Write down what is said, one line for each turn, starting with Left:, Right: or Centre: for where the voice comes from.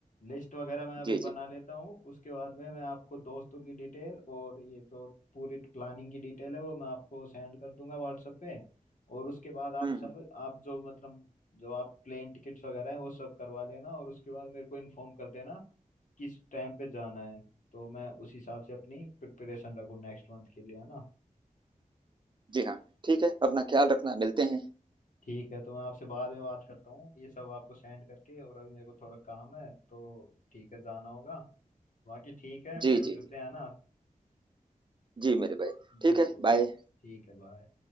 Left: लिस्ट वगैरह मैं अभी
Right: जी
Left: बना
Right: जी
Left: लेता हूँ उसके बाद में मैं आपको दोस्तों की डिटेल और ये जो पूरी प्लानिंग की डिटेल है वो मैं आपको सेंड कर दूंगा व्हाट्सएप पे और उसके बाद आप
Right: हम्म हम्म,
Left: सब आप जो मतलब जो आप प्लेन टिकट्स वगैरह हैं वो सब करवा लेना और उसके बाद मेरे को इन्फॉर्म कर देना किस टाइम पे जाना है तो मैं उस हिसाब से अपनी प्रिपरेशन रखूँ नेक्स्ट मंथ के लिए है ना
Right: जी हाँ ठीक है अपना ख्याल रखना मिलते हैं
Left: ठीक है तो मैं आपसे बाद में बात करता हूँ ये सब आपको सेंड करके और अभी मेरे को थोड़ा काम है तो ठीक है जाना होगा बाकी ठीक है
Right: जी
Left: फिर
Right: जी
Left: मिलते हैं ना
Right: जी मेरे भाई
Left: बिल्कुल
Right: ठीक है बाय
Left: ठीक है बाय